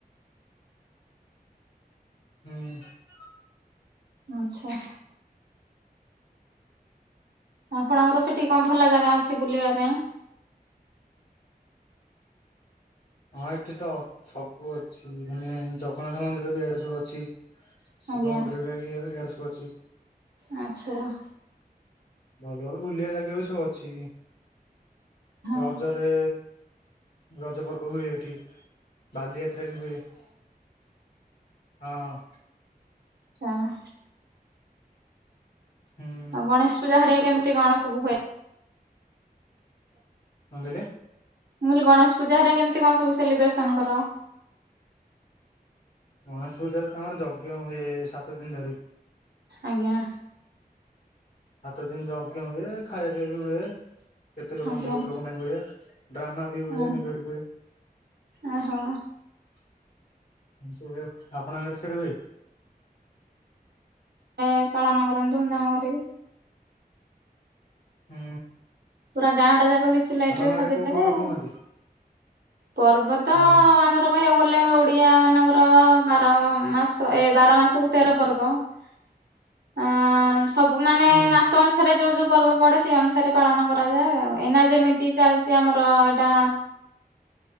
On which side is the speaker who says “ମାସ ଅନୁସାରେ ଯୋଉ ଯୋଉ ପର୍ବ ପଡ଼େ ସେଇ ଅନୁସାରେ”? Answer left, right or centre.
Right